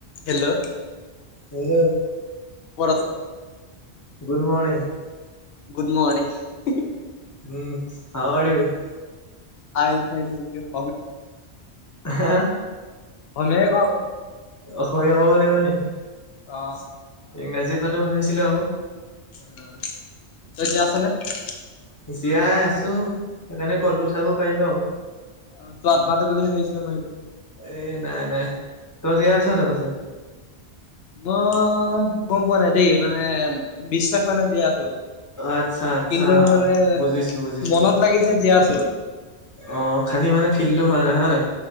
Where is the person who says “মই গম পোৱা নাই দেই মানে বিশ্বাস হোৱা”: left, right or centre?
Left